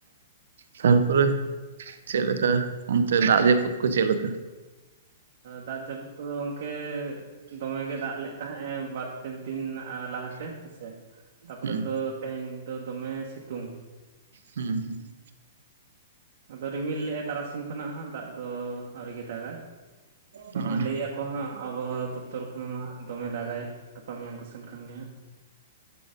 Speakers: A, on the right; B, on the right.
A: ᱛᱟᱨᱯᱚᱨᱮ ᱪᱮᱫ ᱞᱮᱠᱟ ᱚᱱᱛᱮ ᱫᱟᱜ ᱡᱟᱹᱯᱩᱫ ᱠᱚ ᱪᱮᱫ ᱞᱮᱠᱟ?
B: ᱫᱟᱜ ᱡᱟᱹᱯᱩᱫ ᱠᱚᱫᱚ ᱜᱚᱝᱠᱮ ᱫᱚᱢᱮ ᱜᱮ ᱫᱟᱜ ᱞᱮᱫ ᱛᱟᱦᱮᱸᱜ ᱵᱟ ᱯᱮᱱ ᱴᱤᱱ ᱞᱟᱦᱟᱛᱮ ᱦᱮᱸᱥᱮ ᱛᱟᱯᱚᱨᱮ
A: ᱦᱩᱸ
B: ᱫᱚ ᱛᱮᱦᱮᱧ ᱫᱚ ᱫᱚᱢᱮ ᱥᱤᱛᱩᱝ ᱾
A: ᱦᱩᱸ
B: ᱟᱫᱚ ᱨᱤᱢᱤᱞ ᱞᱮᱫᱟᱭ ᱛᱟᱨᱟᱥᱤᱧ ᱠᱷᱚᱱᱟᱜ ᱦᱟᱸᱜ ᱫᱟᱜ ᱫᱚ ᱟᱹᱣᱨᱤ ᱜᱮ ᱫᱟᱜᱟ ᱛᱚ
A: ᱦᱩᱸ
B: ᱦᱟᱸᱜ ᱞᱟᱹᱭᱮᱫ ᱚ ᱦᱟᱸᱜ ᱟᱵᱚᱦᱟᱣᱟ ᱫᱚᱯᱛᱚᱨ ᱠᱷᱚᱱᱢᱟ ᱦᱟᱸᱜ ᱫᱚᱢᱮ ᱫᱟᱜᱟᱭ ᱜᱟᱯᱟ ᱢᱮᱭᱟᱝ ᱠᱚ ᱥᱮᱱ ᱠᱷᱟᱱ ᱜᱮ ᱦᱟᱸᱜ